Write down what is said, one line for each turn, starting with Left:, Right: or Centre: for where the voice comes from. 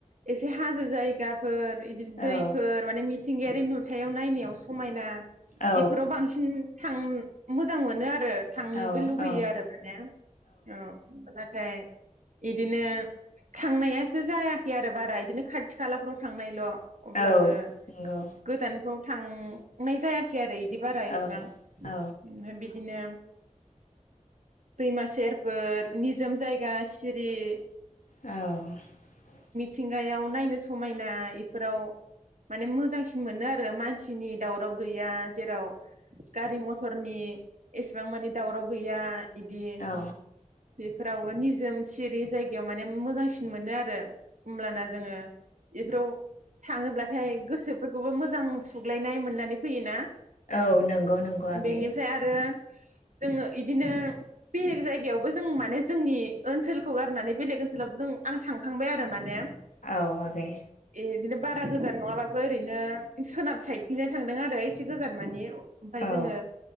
Right: एसे हाजो जायगाफोर दि
Left: औ
Right: दै फोर माने मिथिंगायारि नुथायाव नायनायाव समायना
Left: औ
Right: बेफोराव बांसिन थां मोजां मोनो आरो थांनोबो
Left: औ
Right: लुगैयो आरो माने औ ओमफ्राय बिदिनो थांनायासो जायाखै आरो बारा बिदिनो खाथि खालाफ्राव थांनायल' अब्लाबो
Left: औ नंगौ
Right: गोदानफ्राव थां नाय जायाखै आरो बिदि बिदि बारा एसेबां
Left: औ औ
Right: बिदिनो दैमा सेर फोर निजोम जायगा सिरियै
Left: औ
Right: थिंगायाव नायनो समायना एफोराव माने मोजांसिन मोनो आरो मानसिनि दावराव गैया जेराव गारि म थरनि एसेबां मानि दावराव गैया इदि
Left: औ
Right: बेफोरावबो निजोम सिरि जायगायाव माने मोजांसिन मोनो आरो होमब्लाना जोङो एफोराव नाथाय गोसोफोरखौबो मोजां सुग्लायनाय मोननानै फैयोना
Left: औ नंगौ नंगौ आगै
Right: बेनिफ्राय आरो जोङो इदिनो बेलेग जायगायावबो जों माने जोंनि ओनसोलखौ गारनानै बेलेग ओनसोलावबो जों आं थांखांबाय आरो माने
Left: औ आगै
Right: इदिनो बारा गोजान नङाबाबो ओरैनो सोनाब साइडथिंजाय थांदों आरो एसे गोजान माने ओमफाय
Left: औ
Right: जोङो